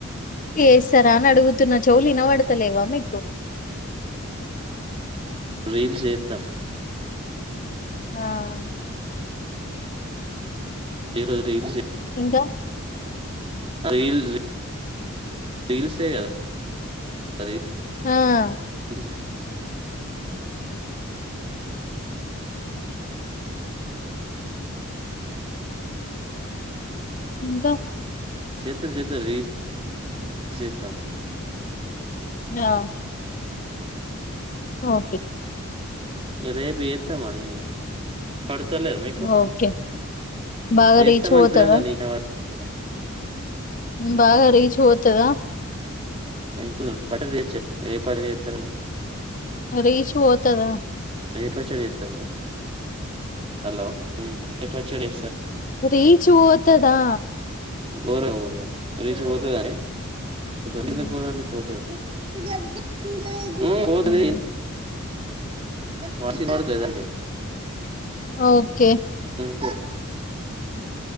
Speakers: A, on the left; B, on the right.
A: ఎస్సార అను అడుగుతున్నా చౌలు ఇనబడ్. తెలేవ మీకు
B: రీల్ చేత్తం
A: ఆహ్
B: ఈ రోజు రీల్ చే
A: ఇంక
B: రీల్ రె రీల్సే గదా రీల్
A: ఆహ్
B: జ
A: ఇంక
B: చేతం చేతం రీల్ చేతం
A: ఆహ్
B: ఇర్రు
A: ఓకే
B: రే రేపు ఎత్తమ అరే పడతలేద మీకు
A: ఓకే బాగా
B: చేస్తాం
A: రీచ్
B: అనిపిన
A: పోతదా
B: కదా నీక బస్
A: బాగా రీచ్ పోతదా
B: ఇంకు పట తీచ్చ ఏ పట చెప్తారని
A: రీచ్ పోతదా
B: రేపా చెడి ఇస్తండి హలో రేపా చెడి
A: రీచ్ ఓతదా
B: గోరంగా పోతుదా రీజ పోతుదాని
A: హ్మ్.
B: లేదకోదండి పోతది గది పడ హుమ్మ్ పోతది
A: హ్మ్.
B: వాసి నోడుతుాదండి
A: ఓకే
B: మ <inaudible>